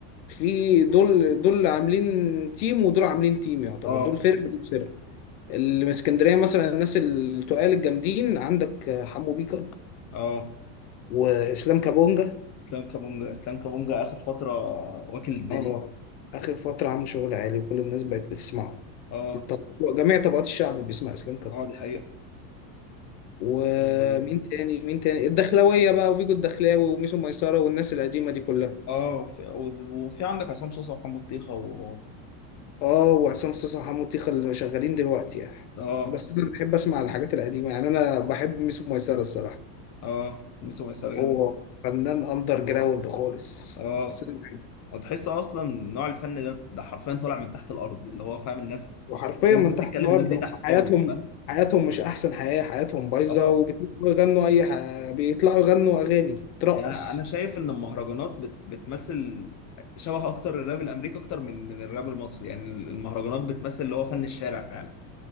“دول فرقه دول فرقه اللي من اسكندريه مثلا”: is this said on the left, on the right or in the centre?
Left